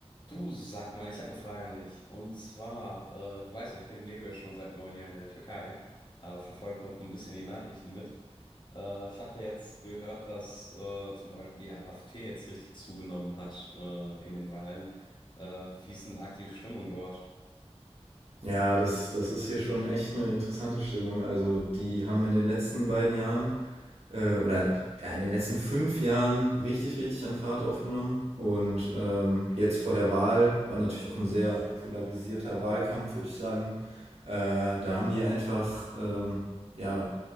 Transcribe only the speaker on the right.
Ja, das, das ist hier schon echt eine interessante Stimmung. Also, die haben in den letzten beiden Jahren äh, oder ja, in den letzten fünf Jahren richtig, richtig an Fahrt aufgenommen. Und ähm, jetzt vor der Wahl war natürlich auch ein sehr polarisierter Wahlkampf, würde ich sagen. Äh, da haben die einfach ähm, ja,